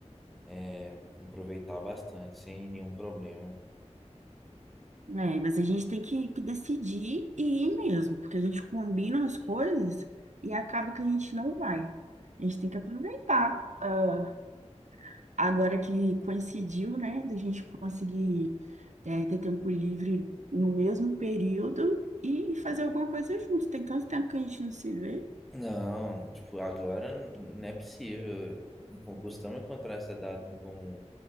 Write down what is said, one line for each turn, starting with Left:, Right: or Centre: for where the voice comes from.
Centre: é, aproveitar bastante, sem nenhum problema.
Right: É, mas a gente tem que, que decidir e ir mesmo, porque a gente combina as coisas e acaba que a gente não vai. A gente tem que aproveitar. ah, agora que coincidiu, né, da gente conseguir eh, ter tempo livre no mesmo período e fazer alguma coisa junto. Tem tanto tempo que a gente não se vê.
Centre: Não, tipo, agora n- não é possível Em concurso, Costumamos encontrar essa data em comum.